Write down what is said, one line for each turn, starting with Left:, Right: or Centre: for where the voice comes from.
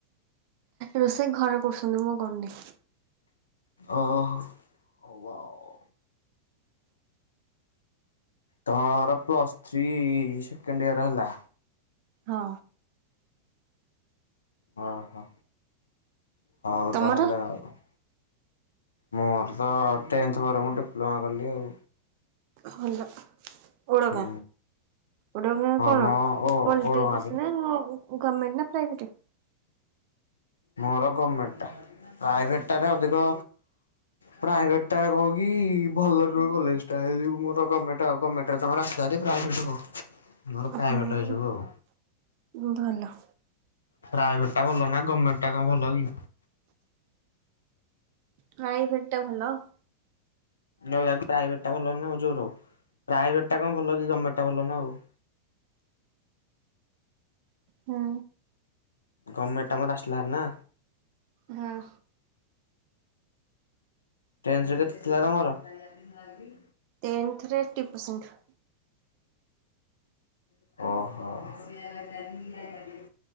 Right: ରୋଷେଇ ଘରେ କରୁଛନ୍ତି ମୁଁ କରୁନେଇ।
Left: ଅହ ହବ ଆଉ। ତମର ପ୍ଲସ୍ ଥ୍ରୀ ସେକେଣ୍ଡ୍ ଇୟର୍ ହେଲା।
Right: ହଁ
Left: ଓହୋ ହଉ
Right: ତମର
Left: ତା ହେଲେ ଆଉ। ମୋର ତ ଟେନ୍ଥ ପରେ ମୁଁ ଡିପ୍ଲୋମା କଲି ଆଉ।
Right: ଭଲ। ଓଡଗାଁ,
Left: ହୁଁ
Right: ଓଡଗାଁ
Left: ଆମ
Right: କଣ ପଲଟେକ୍ସ
Left: ଓ ଓଡଗାଁରେ
Right: ନାଁ ଆଉ। ଗମେଣ୍ଟ ନା ପ୍ରାଇଭେଟ?
Left: ମୋର ଗମେଣ୍ଟଟା ପ୍ରାଇଭେଟଟାରେ ଅଧିକ ପ୍ରାଇଭେଟ ଟା କହୁ କି ଭଲ ନୁହେଁ କଲେଜ ଟା ସେଇ ଯୋଗୁ ମୋର ଗମେଣ୍ଟ ଆଉ ଗମେଣ୍ଟ। ସେଇଟା ତମର ଆସଲାଭାରୀ ପ୍ରାଇଭେଟ କଣ। ମୋର ପ୍ରାଇଭେଟ
Right: ଓହୋ,
Left: ଏଇ ଯୋଗୁ
Right: ହୋ,
Left: ଆଉ।
Right: ଭଲ।
Left: ପ୍ରାଇଭେଟ ଟା ଭଲ ନା ଗମେଣ୍ଟଟା କଣ ଭଲ କି।
Right: ପ୍ରାଇଭେଟ ଟା ଭଲ?
Left: ରହିବାକୁ ପ୍ରାଇଭେଟ ଟା ଭଲ ନା ଆଉ ଯୋର ପ୍ରାଇଭେଟ ଟା କଣ ଭଲ କି ଗର୍ଣ୍ଣମେଟା ଭଲନା ଆଉ।
Right: ହଁ।
Left: ଗଭଣ୍ଟଟା ମୋର ଆସିଲାଭାରି ନା।
Right: ହଁ।
Left: ଟେନ୍ଥ ରେ କେତେ ଥିଲା ତମର? ହେରା ଦିନର କି?
Right: ଟେନ୍ଥରେ ଏଇଟ ପରସେଣ୍ଟ।
Left: ଓହୋ।